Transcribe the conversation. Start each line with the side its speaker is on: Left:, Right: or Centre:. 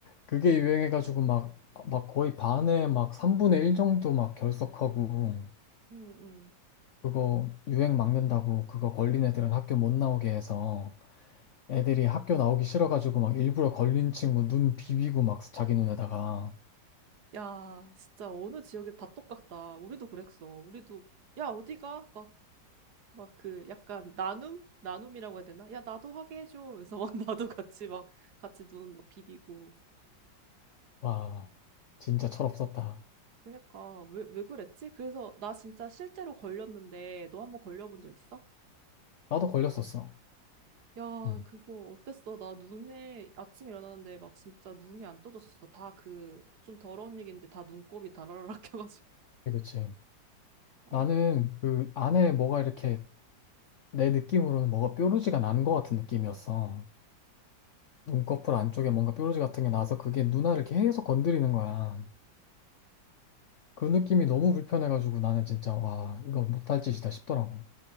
Left: 그게 유행해가지고 막, 막 거의 반에 막 3분의 1 정도 막 결석하고
Right: 응응.
Left: 그거 유행 막는다고 그거 걸린 애들은 학교 못 나오게 해서 애들이 학교 나오기 싫어가지고 막 일부러 걸린 친구 눈 비비고 막 자기 눈에다가
Right: 야 진짜 어느 지역이 다 똑같다. 우리도 그랬어. 우리도 야 어디가? 막 그 약간 나눔? 나눔이라고 해야 되나? 야, 나도 하게 해줘. 그래서 막 <laughs> 나도 같이 막 같이 눈 막 비비고.
Left: 와 진짜 철없었다.
Right: 그러니까 왜, 왜 그랬지? 그래서 나 진짜 실제로 걸렸는데 너 한번 걸려본 적 있어?
Left: 나도 걸렸었어.
Right: 야,
Left: 응,
Right: 그거 어땠어? 나 눈에 아침에 일어나는데 막 진짜 눈이 안 떠졌었어. 다 그 좀 더러운 얘기인데 다 눈곱이 다라라락 <laughs> 껴가지고.
Left: 그치. 그치.
Right: 아,
Left: 나는 그 안에 뭐가 이렇게 내 느낌으로는 뭐가 뾰루지가 난 것 같은 느낌이었어. 눈꺼풀 안쪽에 뭔가 뾰루지 같은 게 나서 그게 누나를 계속 건드리는 거야. 그 느낌이 너무 불편해가지고 나는 진짜 와 이거 못할 짓이다 싶더라고.